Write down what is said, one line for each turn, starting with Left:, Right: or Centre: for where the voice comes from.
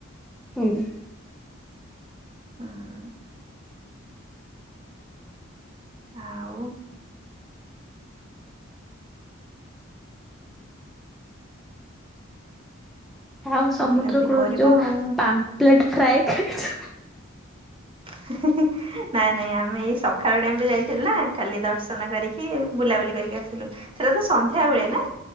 Centre: ହୁଁ।
Right: ହୁଁ ଆଉ
Centre: ଆଉ ସମୁଦ୍ର
Right: ବୁଲାବୁଲି
Centre: କୂଳରେ
Right: କରିବ
Centre: ଯୋଉ
Right: ଆଉ।
Centre: ପାମ୍ପ୍ଲେଟ୍ ଫ୍ରାଏ ଖାଇଚ?
Right: ହିଁ ହିଁ ହିଁ ନାଇଁ ନାଇଁ ଆମେ ଏଇ ସକାଳ ଟାଇମରେ ଯାଇଥିଲୁ ନା ଖାଲି ଦର୍ଶ ନ କରିକି ବୁଲାବୁଲି କରିକି ଆସିଲୁ ସେଟା ତ ସନ୍ଧ୍ୟା ବେଳେ ନା।